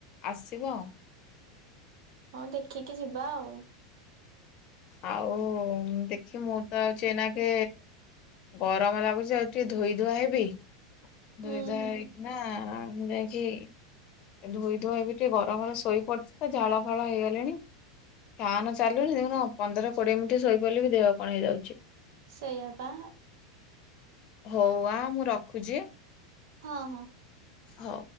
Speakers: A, on the left (about 45°); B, on the right (about 70°).
A: ଆସିବୁ ଆଉ
B: ହଁ ଦେଖିକି ଯିବା ଆଉ।
A: ଆଉ ଦେଖେ ମୁଁ ତ ହେଉଛି ଏଇନାକେ ଗରମ ଲାଗୁଛି ଆଉ ଟିକେ ଧୋଇ ଧୁଆ ହେବି
B: ହୁଁ
A: ଧୋଇ ଧୂଆ
B: ହୁଁ
A: ହେଇକି ନା। ମୁ ଯାଇକିି। ଧୋଇ ଧୂଆ ହେବି ଟିକେ ଗରମରେ ଶୋଇ ପଡ଼ିଥିଲିତ ଝାଳ ଫାଳ ହେଇଗଲିଣି ଫ୍ୟାନ ଚାଲୁଣିି ଦେଖୁ ପନ୍ଦର କୋଡିଏ ମିନିଟ୍ ଶୋଇପଡ଼ିଲେ ବି ଦେହ କଣ ହେଇଯାଉଛି।
B: ସେଇଆ ପା।
A: ହଉ ଆ ମୁଁ ରଖୁଛି।
B: ହଁ ହଁ।
A: ହଉ।